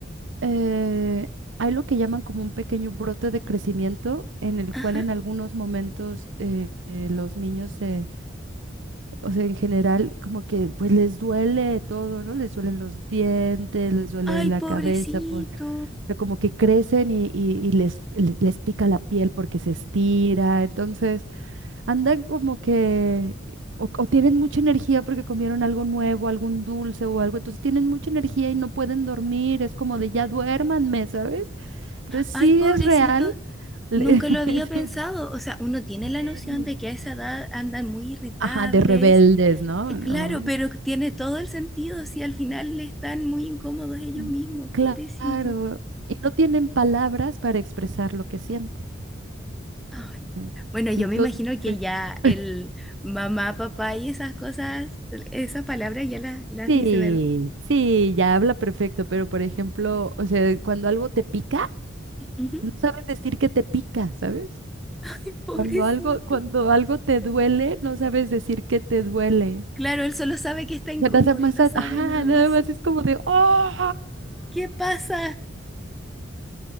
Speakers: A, on the right; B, in the centre.
A: eh, hay lo que llaman como un pequeño brote de crecimiento en el
B: Ajá.
A: cual en algunos momentos eh, eh, los niños, se- o sea, en general, como que pues les duele todo, ¿no? Les duelen los dientes, les duele
B: Ay,
A: la
B: pobrecito.
A: cabeza, por, o sea, como que crecen y, y- y les, les les pica la piel porque se estira. Entonces andan como que, o, o tienen mucha energía porque comieron algo nuevo, algún dulce o algo, entonces tienen mucha energía y no pueden dormir, es como de ya duérmanme, ¿sabes? Entonces sí
B: Ay, pobrecito.
A: es real. le-
B: Nunca lo
A: <laughs>
B: había pensado, o sea, uno tiene la
A: sí, sí.
B: noción de que a esa edad andan muy irritables,
A: Ajá, de rebeldes, ¿no?
B: eh,
A: No.
B: claro, pero tiene todo el sentido si al final están muy incómodos ellos
A: sí,
B: mismos,
A: Claro,
B: pobrecitos.
A: y no tienen palabras para expresar lo que sienten.
B: Ay,
A: en-
B: Bueno, yo
A: Entonces,
B: me imagino que
A: <laughs>
B: ya el mamá, papá y esas cosas, esas palabras ya las, las
A: sí,
B: dice, ¿verdad?
A: sí, ya habla perfecto, pero por ejemplo, o sea, cuando algo te pica,
B: Ujú.
A: No sabes decir que te pica, ¿sabes?
B: <laughs> Ay, pobrecito.
A: Cuando algo, cuando algo te duele, no sabes decir que te duele.
B: Claro, él solo sabe que está incómodo
A: O sea, nada más,
B: y no
A: a-
B: sabe
A: ajá,
B: nada
A: nada
B: más.
A: más es como de, ¡oh!
B: ¿Qué pasa?